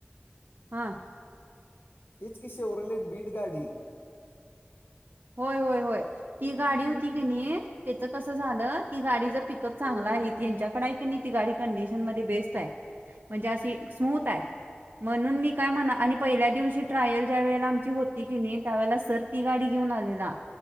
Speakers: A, on the right; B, on the left.
A: हा
B: हीचकी शे उरलेट बीट गाडी
A: होय होय होय ती गाडी होती क नाही त्याच कसं झालं ती गाडीच पिकअप चांगलं आहे त्यांच्याकडे आहे की नाही ती गाडी कंडिशन मध्ये बेस्ट आहे. म्हणजे अशी समूथ हाय. म्हणून मी काय म्हणा आणि पहिल्या दिवशी ट्रायल ज्या वेळेला आमची होती की नाही त्यावेळेला सर ती गाडी घेऊन आलेला